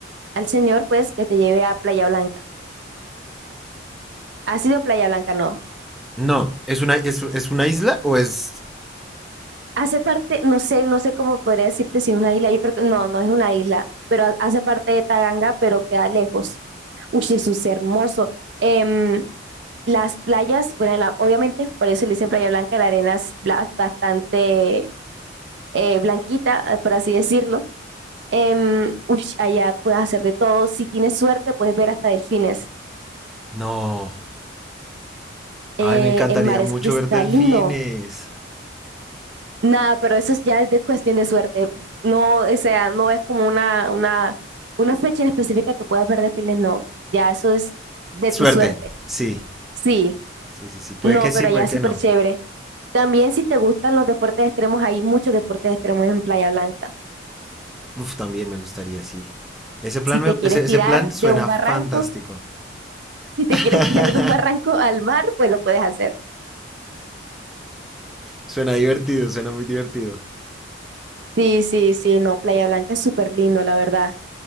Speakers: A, on the right; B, in the centre.
A: al señor pues que te lleve a Playa Blanca. ¿Ha sido Playa Blanca? No.
B: No, ¿es una, es, es una isla o es...?
A: Hace parte, no sé, no sé cómo podría decirte si es una isla, yo creo que no, no es una isla, pero ha- hace parte de Taganga, pero queda lejos. Uy, Jesús, hermoso. Em, las playas, bueno, la- obviamente, por eso le dicen Playa Blanca, la arena es bla- bastante eh, blanquita, eh, por así decirlo Em, uy, allá puedes hacer de todo. Si tienes suerte, puedes ver hasta delfines.
B: No, ay,
A: Eh,
B: me encantaría
A: el mar
B: mucho
A: es cristalino.
B: ver delfines.
A: Nada, pero eso es ya es de cuestión de suerte. No, o sea, no es como una, una, una fecha en específica que puedas ver delfines, no. Ya eso es de
B: Suerte,
A: tu suerte.
B: sí,
A: Sí,
B: sí, sí, sí, puede
A: no,
B: que
A: pero
B: sí, puede
A: allá es
B: que
A: súper
B: no.
A: chévere. También si te gustan los deportes extremos, hay muchos deportes extremos en Playa Blanca.
B: Uf, también me gustaría, sí. Ese plan,
A: Si te
B: me-
A: quieres
B: ese,
A: tirar
B: ese plan suena
A: de un barranco,
B: fantástico.
A: <laughs> si te quieres
B: <laughs>
A: tirar de un barranco al mar, pues lo puedes hacer.
B: Suena divertido, suena muy divertido.
A: Sí, sí, sí, no, Playa Blanca es súper lindo, la verdad.